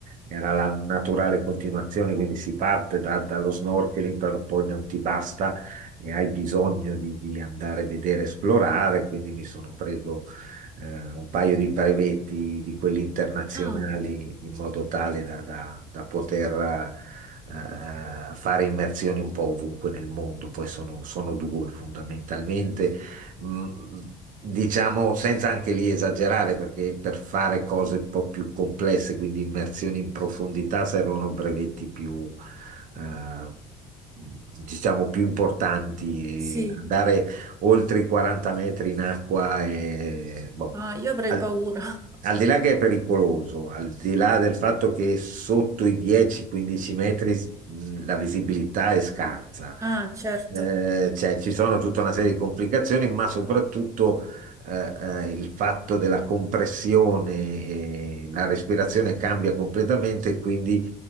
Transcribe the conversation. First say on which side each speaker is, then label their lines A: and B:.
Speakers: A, on the right; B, on the right.
A: era la naturale continuazione, quindi si parte da- dallo snorkeling, però poi non ti basta e hai bisogno di, di andare a vedere, esplorare, quindi mi sono preso eh, un paio di brevetti di quelli internazionali
B: Ah,
A: in modo tale da, da- da poter eh, fare immersioni un po' ovunque nel mondo, poi sono, sono due fondamentalmente mh, diciamo senza anche lì esagerare, perché per fare cose un po' più complesse, quindi immersioni in profondità, servono brevetti più, eh, diciamo, più importanti.
B: sì.
A: Andare oltre i 40 metri in acqua è... boh,
B: Ah, io avrei
A: al-
B: paura.
A: al di là che è pericoloso, al di là del fatto che sotto i 10-15 metri mh, la visibilità è scarsa,
B: Ah, certo.
A: eh, cioè, ci sono tutta una serie di complicazioni, ma soprattutto eh, eh, il fatto della compressione, eh, la respirazione cambia completamente, e quindi